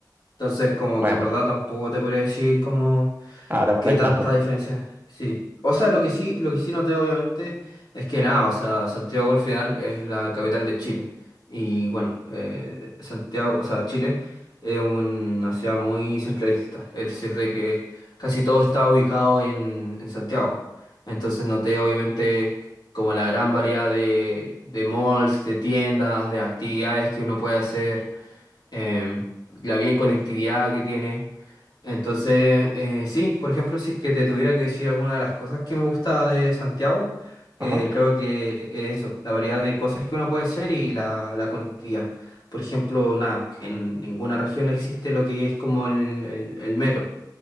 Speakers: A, on the left (about 75°); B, on the right (about 30°).
A: Entonces, como
B: Bueno,
A: que en verdad tampoco te podría decir como...
B: ah, te acordáis
A: ¿Qué tanta
B: tanto tampoco.
A: diferencia? Sí. O sea, lo que sí, lo que sí noté obviamente es que nada, o sea, Santiago al final es la capital de Chile. Y bueno, eh, Santiago, o sea, Chile es una ciudad muy centralista. Es decir, de que casi todo está ubicado en, en Santiago. Entonces noté obviamente como la gran variedad de, de malls, de tiendas, de actividades que uno puede hacer eh, la bien conectividad que tiene. Entonces, eh, sí, por ejemplo, si es que te tuviera que decir alguna de las cosas que me gusta de Santiago,
B: Ajá,
A: eh, creo que es eso, la variedad de cosas que uno puede hacer y la, la conectividad. Por ejemplo, nada, en ninguna región existe lo que es como el, el, el metro.